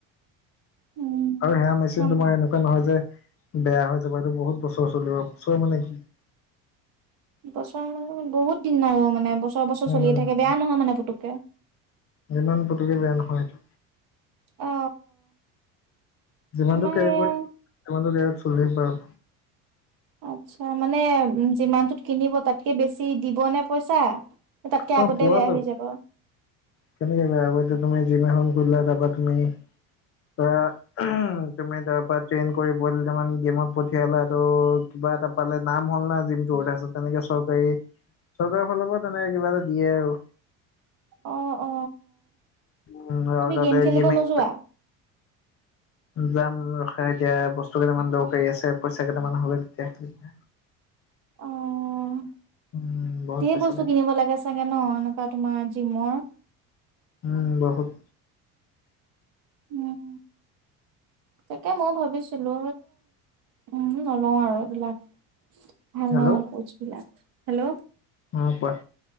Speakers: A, on the right (about 55°); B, on the left (about 35°).
A: উম।
B: আৰু সেয়া মেচিনটো মই এনেকুৱা নহয় যে, বেয়া হৈ যাব যে, বহুত বছৰ চলিব বছৰ মানে কি।
A: বছৰ মানে বহুত দিন আৰু মানে বছৰ বছৰ
B: উম
A: চলিয়ে থাকে বেয়া নহয় মানে পুতুকে
B: যিমান পুটুককে বেয়া নহয় এইটো
A: অ।
B: যিমানটো
A: আমাৰ
B: কেয়াৰ
A: এয়া
B: কৰি সিমানতটো কেয়াত চলি বাৰু।
A: আচ্ছা মানে যিমানটোত কিনিব তাতকে বেছি দিব নে পইচা? তাতকে
B: তোমাৰ
A: আগতে
B: পোৱা
A: বেয়া হৈ যাব।
B: কেনেকে বেয়া হ'ব এতিয়া তুমি জিম এখন খুলিলা তাৰপা তুমি ধৰা তুমি তাৰপৰা ট্ৰেইন কৰিব, বইল দুটামান গেমত পঠিয়ালা ত কিবা এটা পালে নাম হ'ল না জিমটো। তেনেকে চৰকাৰী, চৰকাৰৰ ফালৰ পৰা তেনেকে কিবা এটা দিয়ে আৰু
A: অ অ
B: উম আৰু
A: তুমি
B: তাতে
A: গেম খেলিব
B: গেমিং,
A: নোযোৱা?
B: যাম ৰখা এতিয়া বস্তু কেইটামান দৰকাৰী আছে পইচা কেইটামান হ'লে তেতিয়া
A: অ ধেৰ
B: উম বহুত পইচা
A: বস্তু কিনিব লাগে চাগে ন? এনেকা তোমাৰ যিমৰ
B: উম বহুত।
A: উম। তাকে মই ভাবিছিলো, উম নলও আৰু এইবিলাক। ভাল
B: হেল্ল'
A: নহয় কোচ বিলাক। হেল্ল,
B: অ কোৱা?